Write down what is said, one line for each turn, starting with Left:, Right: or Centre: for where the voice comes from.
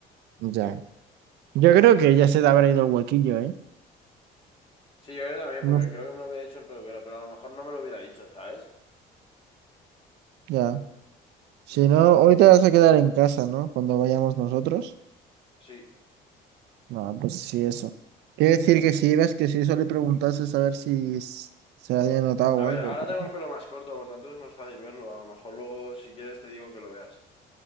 Right: ya. Yo creo que ya se te habrá ido el huequillo, ¿eh?
Left: Sí, yo creo también,
Right: No,
Left: porque creo que me lo hubiera dicho el peluquero, pero a lo mejor no me lo hubiera dicho, ¿sabes?
Right: ya. Si
Left: No
Right: no,
Left: sé, bro.
Right: hoy te vas a quedar en casa, ¿no? Cuando vayamos nosotros.
Left: Sí.
Right: No, pues sí, eso. Quiere decir que si ibas, que si eso le preguntases a ver si s- se había notado
Left: A
Right: o
Left: ver,
Right: algo,
Left: ahora
Right: pero...
Left: tengo el pelo más corto, por tanto es más fácil verlo. A lo mejor luego, si quieres, te digo que lo veas.